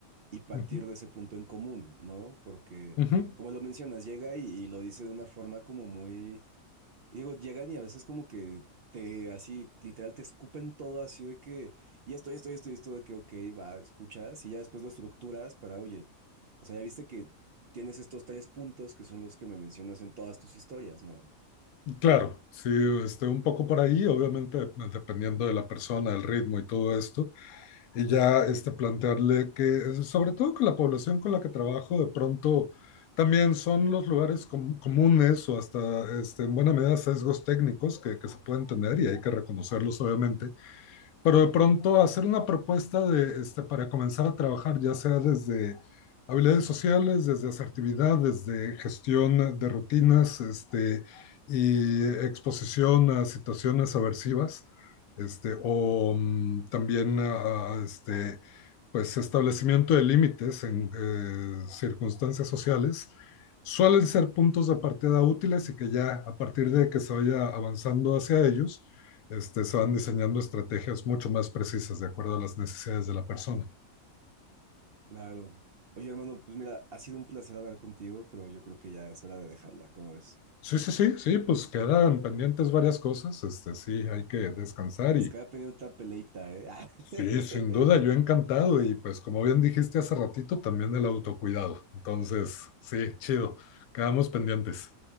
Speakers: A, on the right; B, on the left.
A: y partir
B: Uh -huh.
A: de ese punto en común, ¿no? Porque,
B: Uh -huh.
A: como lo mencionas, llega y, y lo dice de una forma como muy Y Digo, llegan y a veces como que te, así, literal, te escupen todo así de que, y esto, y esto, y esto, y esto, de que, ok, va, escuchas, y ya después lo estructuras para, oye, o sea, ya viste que tienes estos tres puntos que son los que me mencionas en todas tus historias, ¿no?
B: Claro, sí, este, un poco por ahí, obviamente dependiendo de la persona, el ritmo y todo esto, y ya este, plantearle que, sobre todo que la población con la que trabajo de pronto también son los lugares com comunes o hasta este, en buena medida sesgos técnicos que, que se pueden tener y hay que reconocerlos obviamente, Pero de pronto hacer una propuesta de, este, para comenzar a trabajar, ya sea desde habilidades sociales, desde asertividad, desde gestión de rutinas, este, y exposición a situaciones aversivas, este, o
A: Claro.
B: mm, también a, a, este, pues establecimiento de límites en eh, circunstancias sociales, suelen ser puntos de partida útiles y que ya a partir de que se vaya avanzando hacia ellos, este, se van diseñando estrategias mucho más precisas de acuerdo a las necesidades de la persona.
A: Claro. Oye, hermano, pues mira, ha sido un placer hablar contigo, pero yo creo que ya es hora de dejarla, ¿cómo ves?
B: Sí, sí, sí, sí, pues quedan pendientes varias cosas, este, sí, hay que descansar
A: Nos
B: y
A: queda pendiente otra peleita, ¿eh?
B: sí,
A: <laughs>
B: sin duda, yo encantado y pues como bien dijiste hace ratito, también el autocuidado. Entonces, sí, chido, quedamos pendientes.